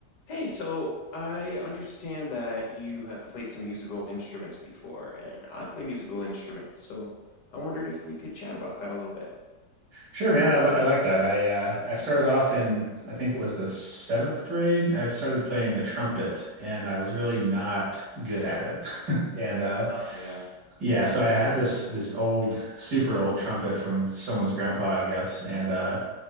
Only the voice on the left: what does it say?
Hey, so I understand that you have played some musical instruments before, and I play musical instruments, so I wondered if we could chat about that a little bit.
Uh, yeah,